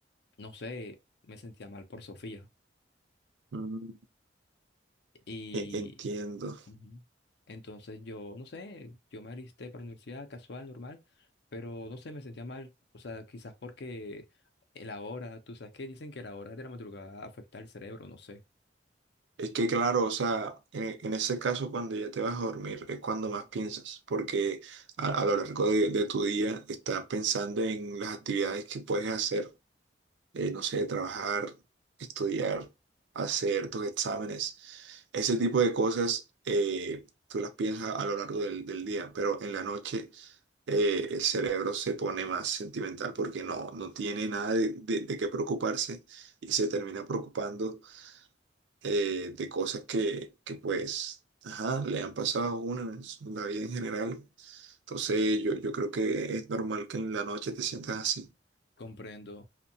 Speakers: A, on the left; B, on the right.
A: no sé, me sentía mal por Sofía.
B: Mm,
A: Y
B: e- Entiendo.
A: Ujú. Entonces yo, no sé, yo me alisté para la universidad casual, normal, pero no sé, me sentía mal. O sea, quizás porque la hora, tú sabes que dicen que la hora de la madrugada afecta al cerebro, no sé,
B: Es que claro, o sea, en, en ese caso cuando ya te vas a dormir es cuando más piensas, porque a, a lo largo de, de tu día estás pensando en las actividades que puedes hacer eh, no sé, trabajar, estudiar, hacer tus exámenes, ese tipo de cosas, eh, tú las piensas a lo largo del, del día, pero en la noche eh, el cerebro se pone más sentimental porque no, no tiene nada de, de- de qué preocuparse y se termina preocupando eh, de cosas que, que pues, ajá, le han pasado a uno en su- en la vida en general. Entonces yo, yo creo que es normal que en la noche te sientas así.
A: comprendo.